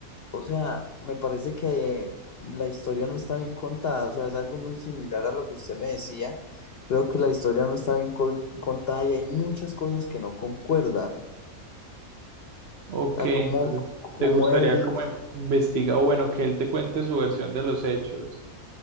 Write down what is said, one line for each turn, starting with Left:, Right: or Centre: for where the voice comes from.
Left: o sea, me parece que la historia no está bien contada, o sea, es algo muy similar a lo que usted me decía. Creo que la historia no está bien col- contada y hay muchas cosas que no concuerdan.
Right: Ok,
Left: O sea,
Right: entonces,
Left: como, como
Right: ¿te gustaría
Left: él
Right: como in- investiga o bueno, que él te cuente su versión de los hechos?